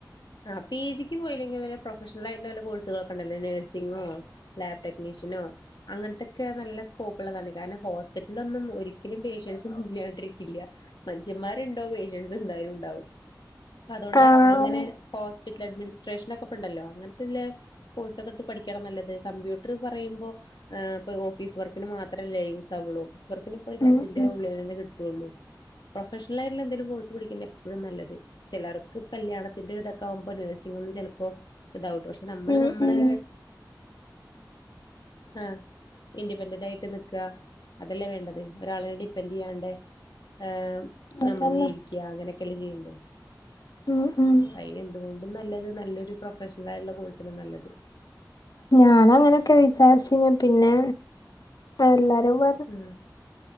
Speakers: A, on the left; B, on the left.
A: ആ പി ജിക്ക് പോയില്ലെങ്കിൽ പിന്നെ പ്രൊഫഷണൽ ആയിട്ടുള്ള കോഴ്സൊക്കണ്ടല്ലോ നഴ്സിങ്ങോ. ലാബ് ടെക്നിഷ്യനോ. അങ്ങൻത്തക്കെ നല്ല സ്കോപ്പ് ഉള്ളതാണ് കാരണം ഹോസ്പിറ്റലിലൊന്നും ഒരിക്കലും പേഷ്യൻസ് ഒന്നും ഇല്യാണ്ടിരിക്കില്ല. മൻഷ്യന്മാര് ഉണ്ടോ പേഷ്യൻസ് എന്തായാലും ഉണ്ടാവും അപ്പ അതോണ്ട്
B: ആഹ്
A: അങ്ങനെ. ഹോസ്പിറ്റൽ അഡ്മിനിസ്ട്രേഷൻ ഒക്കെ ഉണ്ടല്ലോ അങ്ങൻത്തെല്ലെ. കോഴ്സൊക്കെട്ത്ത് പഠിക്കാണ് നല്ലത് കമ്പ്യൂട്ടറ് പറയുമ്പോ ഏഹ് ഇപ്പൊ ഓഫീസ് വർക്കിന് മാത്രല്ലേ യൂസ് ആവുള്ളൂ ഓഫീസ് വർക്കിന് ഇപ്പൊ ഒരു പത്തിന്റെ
B: ഉം ഉം
A: ഉള്ളിലെന്നെ കിട്ടുള്ളൂ. പ്രൊഫഷണലായിട്ടുള്ള എന്തെലും കോഴ്സ് പഠിക്കുന്ന എപ്പഴും നല്ലത് ചിലർക്ക് കല്യാണത്തിന്റെ ഒരിത ക്കാവുമ്പോ നഴ്സിംഗ് ഒന്നും ചെൽപ്പോ ഇതാ കൂല പക്ഷെ നമ്മള്
B: ഉം
A: നമ്മളെ
B: ഉം
A: ആഹ് ഇൻഡിപെൻഡന്റ് ആയിട്ട് നിക്ക അതല്ലേ വേണ്ടത് ഒരാളെ ഡിപ്പെന്റ്യ്യാണ്ടെ. ഏമ് നമ്മള്
B: അതന്നെ
A: ജീവിക്ക്യ അങ്ങനൊക്കെല്ലെ ചെയ്യണ്ട്.
B: ഉം ഉം.
A: അയ്ന് എന്തുകൊണ്ടും നല്ലത് നല്ലൊരു പ്രൊഫഷണൽ ആയിള്ള കോഴ്സന്നെ നല്ലത്.
B: ഞന് അങ്ങനെയൊക്കെ വിചാര്ചീന്നു പിന്നെ എല്ലാരുംപ
A: ആഹ്